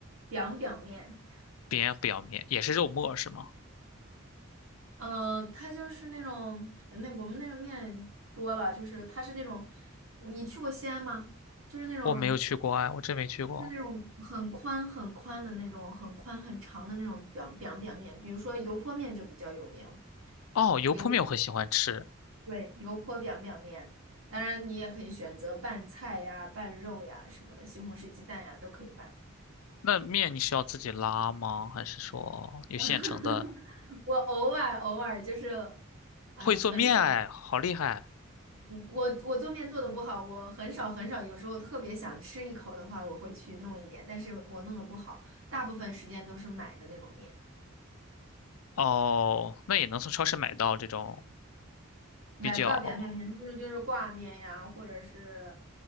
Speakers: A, on the right; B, on the left.
A: b i 面，
B: 扁表面也是肉末是吗？
A: 嗯、呃，它就是那种那我们那个面多了，就是它是那种，你去过西安吗？就是那种，
B: 我没有去过啊，我真没去过。
A: 就是那种很宽很宽的那种，很宽很长的那种表表表面，比如说油泼面就比较有名，
B: 哦，油泼面我很喜欢吃。
A: 油泼。对，油泼表表面，当然你也可以选择拌菜呀、拌肉呀什么的，西红柿鸡蛋呀都可以拌。
B: 那面你是要自己拉吗？还是说有现成的
A: <laughs> 我偶尔偶尔就是，啊、
B: 会做面哎，
A: 很少。
B: 好厉害！
A: 我我做面做的不好，我很少很少，有时候特别想吃一口的话，我会去弄一点，但是我弄的不好，大部分时间都是买的那种面，
B: 哦，那也能从超市买到这种
A: 嗯，买不到扁面面，
B: 比较
A: 那种就是挂面呀，或者是